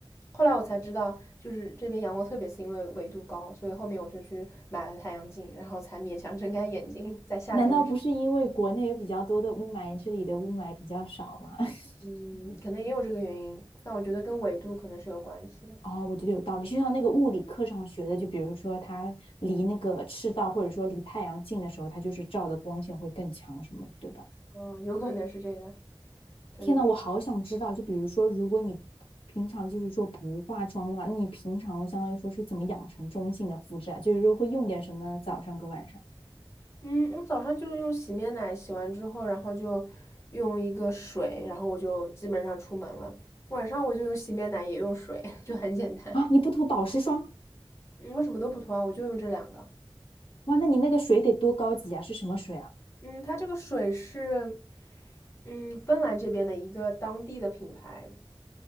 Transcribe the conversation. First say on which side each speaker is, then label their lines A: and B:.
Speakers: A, on the left (about 30°); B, on the left (about 80°).
A: 后来我才知道，就是这边阳光特别刺，因为纬度高，所以后面我就去买了太阳镜，然后才勉强睁开眼睛。在夏天的时候，
B: 难道不是因为国内有比较多的雾霾，这里的雾霾比较少吗？<laughs>
A: 嗯，可能也有这个原因，但我觉得跟纬度可能是有关系的，
B: 哦，我觉得有道理。就像那个物理课上学的，就比如说它离那个赤道或者说离太阳近的时候，它就是照的光线会更强什么的对吧？
A: 嗯，有可能是这个这个原因。
B: 天呐，我好想知道，就比如说，如果你平常就是说不化妆的话，那你平常相当于说是怎么养成中性的肤质啊？就是说会用点什么呢？早上跟晚上
A: 嗯，我早上就用洗面奶洗完之后，然后就用一个水，然后我就基本上出门了。晚上我就用洗面奶，也用水，<laughs> 就很简单。
B: 啊？你不涂保湿霜？
A: 嗯，我什么都不涂啊，我就用这两个。
B: 哇，那你那个水得多高级啊？是什么水啊？
A: 嗯，它这个水是，嗯，芬兰这边的一个当地的品牌，